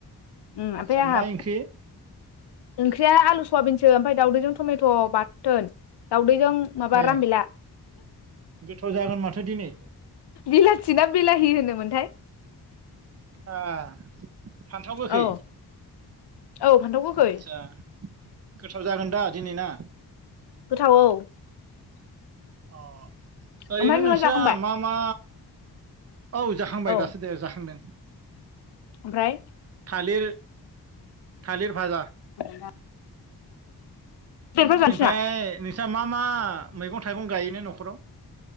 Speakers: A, on the left; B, on the right.
A: उम
B: आदसा
A: ओमफाय आंहा
B: मा ओंख्रि
A: ओंख्रिया आलु सवाबिनसो ओमफ्राय दावदैजों टमेट' बाथोन दावदै ज माबा
B: ए
A: राम बिला
B: गोथाव जागोन माथो दिनै
A: बिलाथि ना बिलाहि होनोमोनथाय
B: आ फान्थाव गोखै
A: औ औ फान्थाव गोखै
B: आतसा गोथाव जागोन दा दिनै ना
A: गोथाव औ
B: अ ओरैनो
A: ओमफ्राय नोंहा
B: नोंस्रा
A: जाखांबाय
B: मा मा औ जाखांबाय
A: औ
B: दासो दे जाखांदों
A: ओमफ्राय
B: थालिर थालिर भाजा
A: बा जानोसै
B: ओमफ्राय
A: ना
B: नोंस्रा मा मा मैगं थाइगं गायोना नखराव